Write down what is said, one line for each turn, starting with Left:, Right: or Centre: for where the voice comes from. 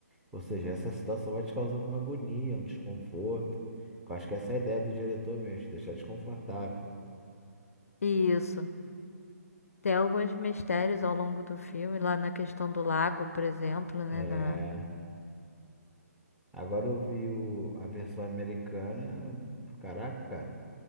Centre: Ou seja, essa situação vai te causando uma agonia, um desconforto. Eu acho que essa é a ideia do diretor mesmo, te deixar desconfortável.
Left: E isso. Tem alguns mistérios ao longo do filme, lá na questão do lago, por exemplo, né?
Centre: É,
Left: Na...
Centre: Agora eu vi o- a versão americana, caraca, cara.